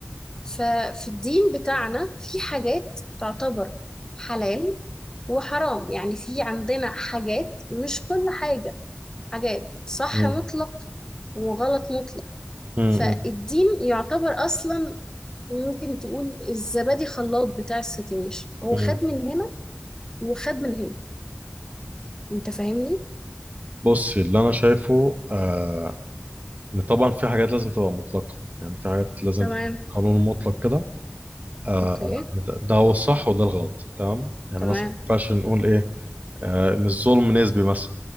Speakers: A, on the left; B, on the right.
A: ففي الدين بتاعنا في حاجات تعتبر حلال وحرام يعني في عندنا حاجات مش كل حاجة حاجات صح
B: مم.
A: مطلق وغلط مطلق
B: مم.
A: فالدين يعتبر اصلا ممكن تقول الزبادي خلاط بتاع السيتويشن هو
B: مم.
A: خد من هنا وخد من هنا انت فاهمني
B: بص اللي انا شايفه آه ان طبعا في حاجات لازم تبقى مطلقه يعني في حاجات لازم
A: تمام
B: تبقى قانون مطلق كده آه
A: اوكي
B: ده ده هو الصح وده الغلط تمام يعني
A: تمام
B: مثلا ما ينفعش نقول ايه آه ان الظلم نسبي مثلا